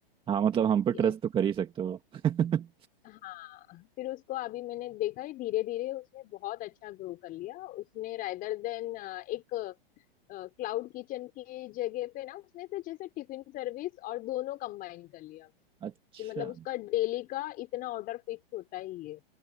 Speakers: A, on the right; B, on the left.
A: हाँ मतलब हम पे
B: देंगे
A: ट्रस्ट तो कर ही सकते हो <laughs>
B: हाँ फिर उसको अभी मैंने देखा है धीरे धीरे उसने बहुत अच्छा ग्रो कर लिया उसने रादर देन एक क्लाउड किचन की जगह पे ना उसने फिर जैसे टिफिन सर्विस और दोनों कंबाइन कर लिया
A: अच्छा
B: तो मतलब उसका डेली का इतना ऑर्डर फिक्स होता ही है